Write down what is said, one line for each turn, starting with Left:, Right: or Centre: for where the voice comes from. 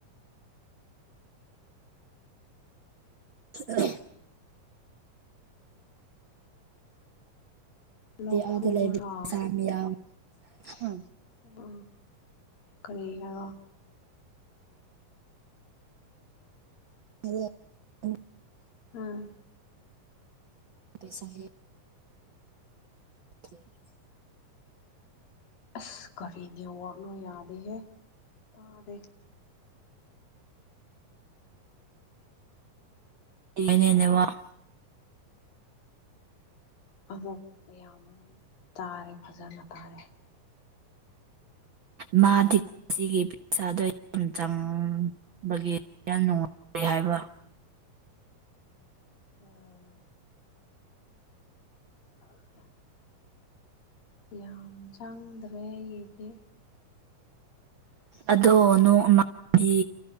Right: <unintelligible>
Left: ꯂꯣꯛ ꯈꯨꯕꯔꯥ
Right: ꯑꯥꯗ ꯂꯩꯕ ꯄꯩꯁꯥ ꯃꯌꯥꯝ ꯍꯥ
Left: ꯑ ꯀꯔꯤ ꯍꯥꯏꯕ
Right: <unintelligible>
Left: ꯑ
Right: ꯄꯩꯁꯥ ꯍꯥꯏꯌꯦ <unintelligible>
Left: ꯑꯁ ꯀꯔꯤ ꯅꯦꯋꯥꯛꯅꯣ ꯌꯥꯗꯦꯍꯦ ꯇꯥꯗꯦ
Right: <unintelligible> ꯅꯦꯋꯥꯛ
Left: ꯑꯃꯨꯛ ꯌꯥꯝ ꯇꯥꯔꯦ ꯐꯖꯅ ꯇꯥꯔꯦ
Right: ꯃꯥꯗꯤ ꯁꯤꯒꯤ ꯄꯩꯁꯥꯗꯣ ꯌꯥꯝ ꯆꯪ ꯕꯒꯤ ꯌꯥꯝ ꯅꯨꯡꯉꯥꯏ ꯍꯥꯏꯕ
Left: ꯎꯝ <unintelligible> ꯌꯥꯝ ꯆꯪꯗ꯭ꯔꯦ ꯑꯩꯒꯤꯗꯤ
Right: ꯑꯗꯣ ꯅꯣꯡꯃꯗꯤ